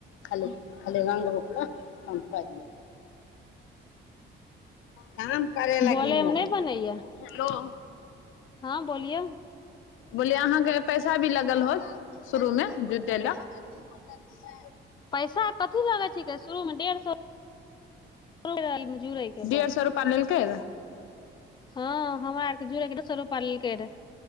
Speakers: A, on the left; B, on the left.
A: खाली खाली रङ्ग रूपल क प काम करय लगिन
B: बोले मे
A: ने
B: नहि बनैया
A: हेलो
B: हँ बोलियौ
A: बोलियै अहाँके पैसा भी लगल होत शुरूमे जुटे लए
B: पैसा कथी लगै छिकै शुरूमे डेढ़ सए जुड़ै के
A: डढ़
B: बस
A: सए रुपा लेल केै
B: हँ हमरा आरके जुरके स रूप फर